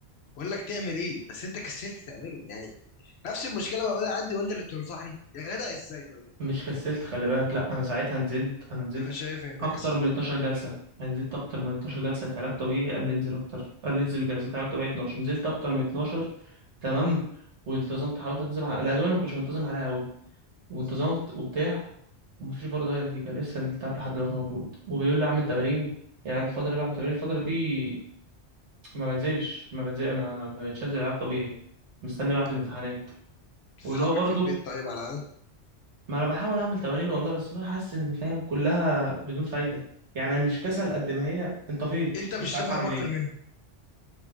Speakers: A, on the left; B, on the right.
A: بقول لك تعمل ايه بس انت كسلت تعمله يعني نفس المشكله بعملها عندي وانت اللي بتنصحني يا جدع ازاي طيب
B: مش كسلت خلي بالك لا انا ساعتها نزلت انا نزلت
A: انا شايف ان ده
B: اكتر
A: كسل
B: من 12 جلسه انا نزلت اكتر من 12 جلسه بتاع علاج طبيعي قال لي انزل اكتر قال لي انزل جلسات علاج طبيعي 12 نزلت اكتر من 12 تمام وانتظمت حاولت انتظم على الادويه اللي ما كنتش منتظم عليها قوي وانتظمت وبتاع ومفيش برضه اي نتيجه لسه التعب لحد دلوقتي موجود وبيقول لي اعمل تمارين يعني الفتره دي بعمل تمارين الفتره دي ما بنزلش ما بنزل ما ما بقتش انزل العاب طبيعي مستني بعد الامتحانات
A: اه تتحرك
B: واللي هو برضه
A: في البيت طيب على الاقل
B: ما انا بحاول اعمل تمارين والله بس اللي هو حاسس ان فاهم كلها بدون فايده يعني انا مش كسل قد ما هي انطفيت
A: انت مش
B: مش عارف
A: تفهم
B: اعمل
A: اكتر
B: ايه
A: منه